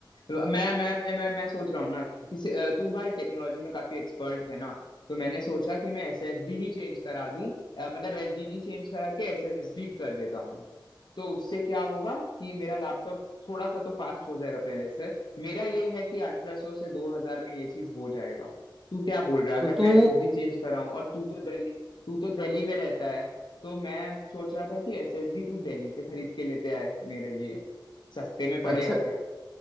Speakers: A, on the left; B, in the centre.
A: मैं मैं मैं मैं मैं सोच रहा हूँ ना कि से- अ, तू भाई टेक्नोलॉजी में काफी एक्सपर्ट है ना तो मैंने सोचा कि मैं एसएसडी ही चेंज करा दूं अ, मतलब एसडीडी चेंज करा के एसएसडी कर देता हूँ तो उससे क्या होगा कि मेरा लैपटॉप थोड़ा सा तो फास्ट हो जाएगा पहले से मेरा ये है कि 1800 से 2000 में ये चीज हो जाएगा तू क्या बोल रहा है
B: तो
A: अगर मैं
B: तू
A: एसएसडी चेंज कराऊं और तू तो दिल्ली तू तो दिल्ली में रहता है तो मैं सोच रहा था कि एसएसडी तू दिल्ली से खरीद के लेते आए मेरे लिए सस्ते में पड़ेगा
B: अच्छा
A: क्या